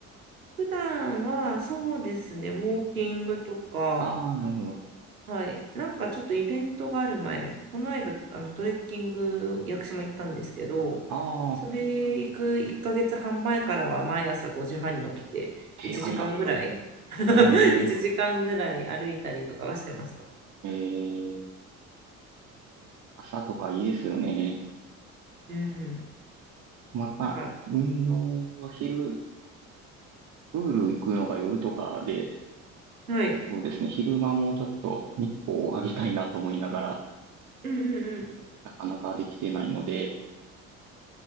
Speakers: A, on the right; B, on the right.
A: 普段は、そうですね、ウォーキングとか、
B: ああー、なるほど。
A: はい。なんかちょっとイベントがある前、この間、あの、トレッキング、屋久島行ったんですけど、
B: ああ、
A: それ行く1ヶ月半前からは毎朝5時半に起きて、
B: えー、
A: 1時間ぐらい、
B: 早。
A: <laughs>
B: え
A: 1時間ぐらい歩いたりとかはしてました。
B: ー、えー、朝とかいいですよね。
A: うん。
B: また、
A: なんか、
B: 運動、昼、プール行くのが夜とかで、
A: はい。
B: そうですね、昼間もちょっと日光を浴びたいなと思いながら、
A: うんうんうん。
B: なかなかできてないので、